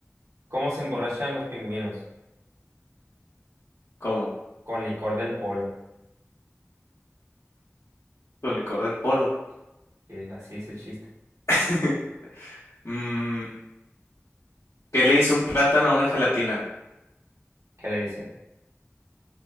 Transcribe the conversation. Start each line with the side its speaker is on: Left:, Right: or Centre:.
Right: ¿Cómo se emborrachan los pingüinos?
Left: ¿Cómo?
Right: Con licor del polo.
Left: Con licor del polo.
Right: Y así dice el chiste.
Left: <laughs> Mm, ¿qué le hizo un plátano a una gelatina?
Right: ¿Qué le dice?